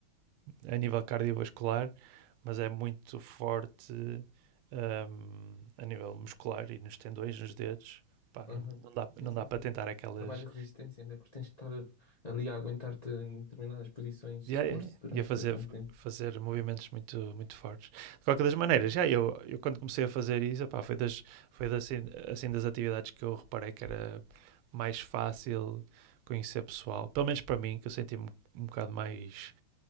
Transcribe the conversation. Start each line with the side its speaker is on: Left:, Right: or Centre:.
Right: a nível cardiovascular, mas é muito forte um, a nível muscular e nos tendões, nos dedos. Pá,
Left: aham.
Right: não, não, dá,
Left: Sim,
Right: não
Left: sim,
Right: dá
Left: sim.
Right: para tentar aquelas
Left: Trabalho de resistência, não é? Porque tens de estar ali a aguentar-te em determinadas posições de
Right: Yeah,
Left: esforço
Right: yeah, yeah.
Left: durante
Right: Ia fazer,
Left: bastante tempo.
Right: fazer movimentos muito, muito fortes. De qualquer das maneiras, já eu, eu quando comecei a fazer isso, epá, foi, das, foi das, assim, assim das atividades que eu reparei que era mais fácil conhecer pessoal. Pelo menos para mim, que eu senti-me um bocado mais.